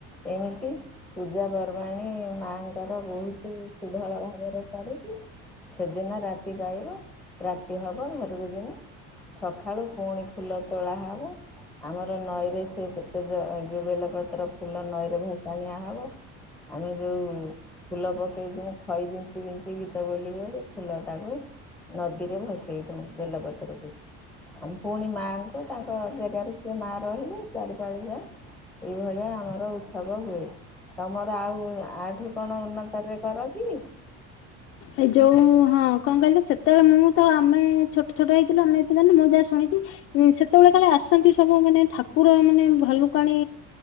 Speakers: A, in the centre; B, on the left.
A: ଏମିତି ପୂଜା ପର୍ବାଣୀ ମାଙ୍କର ବହୁତ ସୁଧଳ ଭାବରେ କରିକି ସେଦିନ ରାତି ପାଇବ ରାତି ହବ ଘରକୁ ଯୀମୁ। ସକାଳୁ ପୁଣି ଫୁଲ ତୋଳା ହବ। ଆମର ନଈରେ ସେ ସେତେ ଯୋଉ ବେଲପତ୍ର ଫୁଲ ନଈରେ ଭସାଣିଆ ହବ। ଆମେ ଯୋଉ ଫୁଲ ପକେଇ ଯିମୁ ଖଇ ବିଞ୍ଚି ବିଞ୍ଚି ଗୀତ ବୋଲି ବୋଲି ଫୁଲ ଟାକୁ ନଦୀରେ ଭସେଇ ଦୋଉଁକୁ। ବେଲପତ୍ର ଆଉ ପୁଣି ମାଙ୍କୁ ତାଙ୍କ ଜେଗାରେ ସେ ମା ରହିଲେ ଚାରିପାଳିଯା। ଏଇଭଳିଆ ଆମର ଉତ୍ସବ ହୁଏ। ତମର ଆଉ ଆଠୁ କଣ ଉନ୍ନତରେ କର କି?
B: ଏଇ ଯୋଉ ହଁ କଣ କହିଲେ ସେତେବେଳେ ମୁଁ ତ ଆମେ ଛୋଟ ଛୋଟ ହେଇଥିଲୁ ଆମେ ଏତେ ଜାଣୁ ମୁଁ ଯାହା ଶୁଣିଛି। ସେତେବେଳେ କାଳେ ଆସନ୍ତି ସବୁ ମାନେ ଠାକୁର ମାନେ ଭାଲୁକାଣି